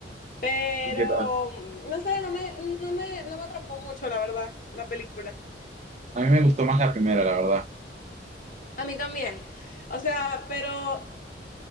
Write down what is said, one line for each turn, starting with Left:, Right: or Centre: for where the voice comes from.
Left: Pero,
Right: Ujú.
Left: no sé, no me, no me, no me atrapó mucho, la verdad, la película.
Right: A mí me gustó más la primera, la verdad.
Left: A mí también. O sea, pero,